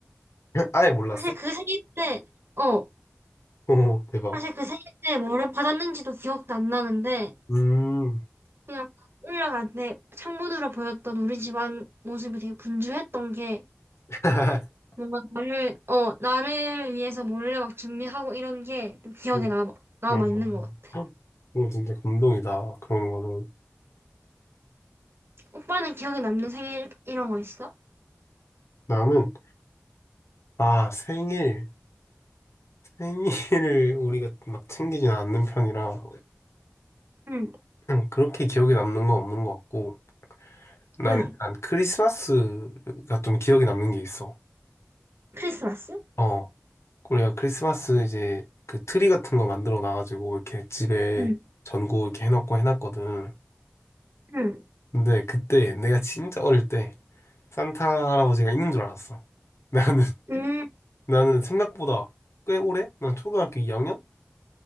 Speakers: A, on the left; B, on the right.
A: <laughs> 아예 몰랐어?
B: 사실 그 생일 때 어
A: 오, 대박.
B: 사실 그 생일 때 뭐를 받았는지도 기억도 안 나는데
A: 음,
B: 그냥 올라갈 때 창문으로 보였던 우리 집안 모습이 되게 분주했던 게
A: <laughs>
B: 뭔가 나를 어 나를 위해서 몰래 막 준비하고 이런 게 기억에
A: 음,
B: 남아 남아
A: 어,
B: 있는 것 같아.
A: 어, 진짜 감동이다. 그런 거는.
B: 오빠는 기억에 남는 생일 이런 거 있어?
A: 나는 아, 생일. 생일을 우리가 막 챙기진 않는 편이라
B: 응,
A: 그렇게 기억에 남는 건 없는 것 같고 나는
B: 응.
A: 약간 크리스마스가 좀 기억에 남는 게 있어.
B: 크리스마스?
A: 어, 우리가 크리스마스 이제 그 트리 같은 거 만들어 놔가지고 이렇게 집에
B: 응,
A: 전구 이렇게 해놓고 해놨거든.
B: 응,
A: 근데 그때 내가 진짜 어릴 때 산타 할아버지가 있는 줄 알았어. 나는 <laughs>
B: 응,
A: 나는 생각보다 꽤 오래? 난 초등학교 2학년?